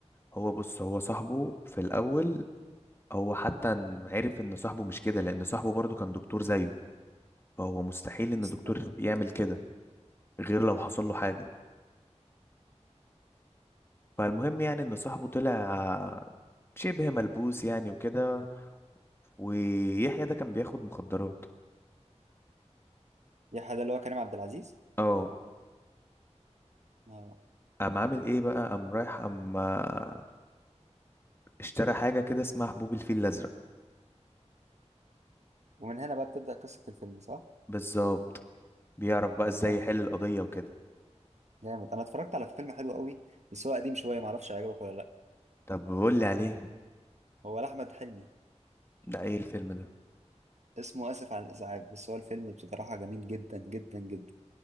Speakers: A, on the left (about 20°); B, on the right (about 70°).
A: هو بص هو صاحبه في الاول هو حتى ن- عرف ان صاحبه مش كده لان صاحبه برضه كان دكتور زيه فهو مستحيل ان
B: يسلم
A: دكتور يعمل كده غير لو حصل له حاجة فالمهم يعني ان صاحبه طلع شبه ملبوس يعني وكده ويحيى ده كان بياخد مخدرات
B: يا حدا اللي هو كريم عبد العزيز
A: اه
B: اه
A: قام عامل ايه بقى قام رايح قام آه، اشترى حاجة كده اسمها حبوب الفيل الأزرق
B: ومن هنا بقى بتبدا قصه الفيلم صح
A: بالظبط بيعرف بقى
B: طب
A: ازاي
B: جامد.
A: يحل القضية وكده
B: جامد انا اتفرجت على فيلم حلو قوي بس هو قديم شويه معرفش هيعجبك ولا لا
A: طب بقول لي عليه
B: هو لاحمد حلمي
A: ده ايه الفيلم ده
B: اسمه اسف على الازعاج بس هو الفيلم بصراحه جميل جدا جدا جدا